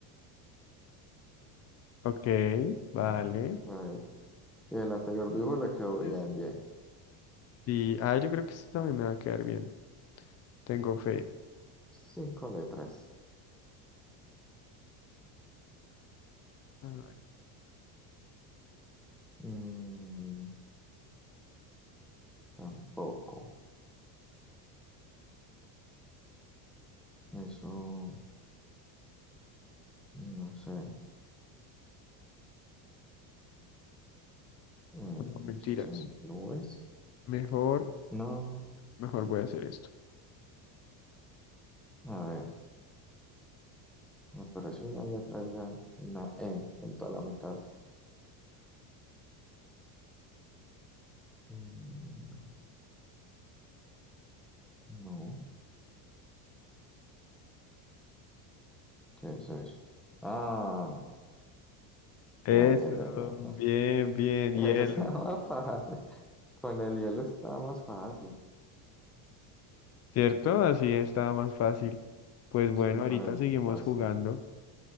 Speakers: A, on the left; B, in the centre.
A: ok, vale.
B: Ujú. A ver. Y el anterior dibujo le quedó bien,
A: Pues,
B: bien.
A: Sí, ah, yo creo que esto también me va a quedar bien. Tengo fe.
B: Cinco letras.
A: Ay,
B: Mm, tampoco. Eso, no sé. Mm,
A: no, mentiras.
B: sí, nubes.
A: Mejor,
B: No.
A: mejor voy a hacer esto.
B: A ver, me apareció una letra ya, una E en toda la mitad. Mm, no. ¿Qué es eso? Ah,
A: Eso,
B: ya, ya, ya, ya.
A: bien, bien,
B: <laughs> Eso
A: hielo.
B: estaba más fácil. Con el hielo estaba más fácil.
A: ¿Cierto? Así está más fácil. Pues bueno,
B: Sí, con
A: ahorita
B: el
A: seguimos
B: vacío.
A: jugando.